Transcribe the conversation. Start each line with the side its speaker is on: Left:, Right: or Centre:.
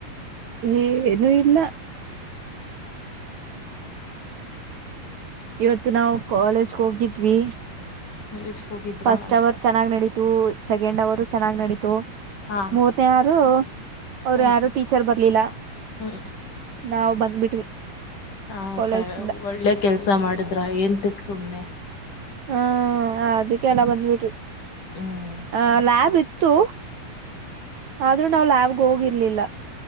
Right: ಏ ಏನು ಇಲ್ಲ ಇವತ್ತು ನಾವು ಕಾಲೇಜ್ಗೆ ಹೋಗಿದ್ವಿ
Left: ಕಾಲೇಜ್ಗೆ ಹೋಗಿದ್ರಾ
Right: ಫಸ್ಟ್ ಅವರ್ ಚೆನ್ನಾಗ್ ನಡೀ ಸೆಕೆಂಡ್ ಅವರು ಚೆನ್ನಾಗ್ ನಡೀತು
Left: ಹಾ
Right: ಮೂವತ್ನ ಯಾರು ಅವರು
Left: ಹ್ಮ್
Right: ಯಾರು ಟೀಚರ್ ಬರ್ಲಿಲ್ಲ.
Left: ಹ್ಮ್
Right: ನಾವ್ ಬಂದ್ಬಿಟ್ವಿ.
Left: ಹ
Right: ಕಾಲೇಜ್
Left: ಕ
Right: ಇಂದ
Left: ಒಳ್ಳೆ ಕೆಲ್ಸ ಮಾಡಿದ್ರ ಏನ್ಂತಕ್ ಸುಮ್ನೆ
Right: ಹ್ಮ ಅದಕ್ಕೆಲ್ಲ ಬಂದ್ಬಿಟ್ವಿ
Left: ಹ್ಮ್
Right: ಆ ಲ್ಯಾಬ್ ಇತ್ತು. ಆದ್ರೂ ನಾ ಲ್ಯಾಬ್ ಹೋಗಿರ್ಲಿಲ್ಲ